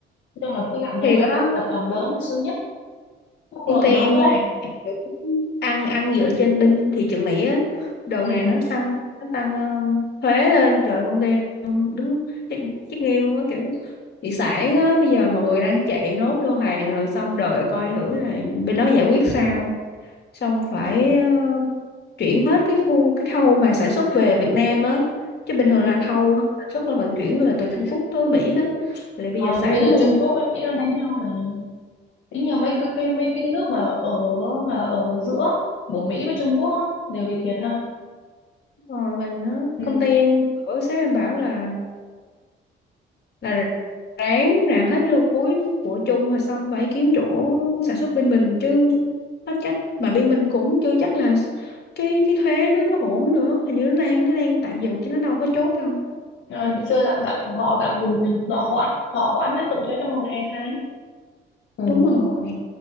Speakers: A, on the left; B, on the left.
A: nói chung là cứ làm cho
B: thiệt
A: mấy
B: á
A: tập tập đoàn lớn thì sướng nhất phúc
B: Công
A: lợi
B: ty
A: nó
B: em
A: tốt
B: là kiểu ăn ăn dựa trên binh thị trường Mỹ á. Đợt
A: ừ
B: này nó tăng nó tăng um, thuế lên. Trời ơi, công ty em đúng chết, chết nghiêng luôn á kiểu thị sản á bây giờ mọi người đang chạy nốt lô hàng rồi xong đợi coi thử là bên đó giải quyết sao. Xong phải uh, chuyển hết cái khu cái khâu mà sản xuất về Việt Nam á. Chứ bình thường
A: ừ
B: là khâu sản xuất là vận chuyển là từ Trung Quốc tới Mỹ hết. Lại bây
A: Ờ,
B: giờ sản
A: bây giờ
B: luôn.
A: Trung Quốc với Mỹ đang đánh nhau mà tính nhiều mấy cái cái mấy cái nước mà ở mà ở giữa của Mỹ với Trung Quốc á, đều bị thiệt ha
B: Rồi mình á,
A: ừ.
B: công ty em ở sếp em bảo là là ráng làm hết cái lô cuối của chung mà xong phải kiếm chỗ sản xuất bên mình chứ hết cách mà bên mình cũng chưa chắc là cái cái thuế nó nó ổn nữa hình như nó đang nó đang tạm dừng chứ nó đâu có chốt đâu
A: Ờ, chưa tạm tạm họ tạm dừng họ hoãn họ hoãn áp dụng thuế trong vòng hai tháng ừ.
B: đúng rồi